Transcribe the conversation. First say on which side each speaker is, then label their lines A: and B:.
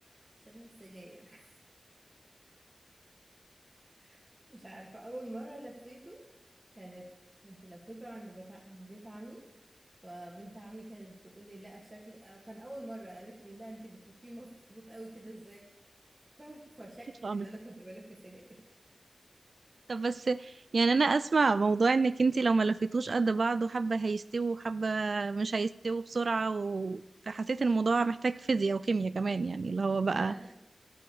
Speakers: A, on the right; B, on the right.
A: شبه السجاير <laughs> مش عارفة أول مرة لفيته كانت كنت لفيته عند بتاع- بيت عمي فبنت عمي كانت بتقولي لا شكل آه، كان أول مرة قالت لي لا انت بتلفيه مظبوط قوي كده ازاي <laughs> ف- فشكت
B: امم
A: ان انا كنت بلف سجاير
B: طب بس يعني انا اسمع موضوع انك انتي لو ما لفيتوش قد بعض وحبة هيستووا وحبة مش هيستووا بسرعة و... فحسيت ان الموضوع محتاج فيزياء وكيمياء كمان يعني اللي هو بقى
A: <laughs> لا لا